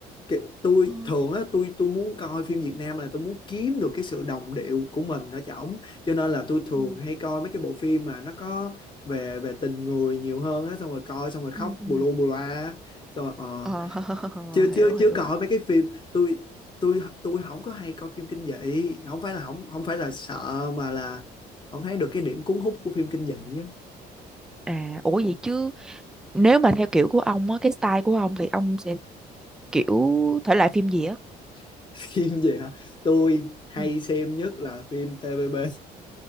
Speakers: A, on the left; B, in the centre.
A: kiểu tôi
B: Ừ.
A: thường á tôi tôi muốn coi phim Việt Nam là tôi muốn kiếm được cái sự đồng điệu của mình ở trỏng cho nên là tôi thường
B: Ừ.
A: hay coi mấy cái bộ phim mà nó có về về tình người nhiều hơn á xong rồi coi xong rồi khóc
B: Ừ. ừ.
A: bù lu bù loa xong rồi ờ
B: Ờ, <laughs>
A: chưa
B: hiểu
A: chưa
B: hiểu.
A: chưa coi mấy cái phim tôi tôi tôi không có hay coi phim kinh dị không phải là không không phải là sợ mà là không thấy được cái điểm cuốn hút của phim kinh dị á.
B: À, ủa vậy chứ nếu mà theo kiểu của ông á, cái style của ông thì ông sẽ kiểu thể loại phim gì á?
A: <laughs> phim gì hả tôi hay
B: Ừ.
A: xem nhất là phim TVB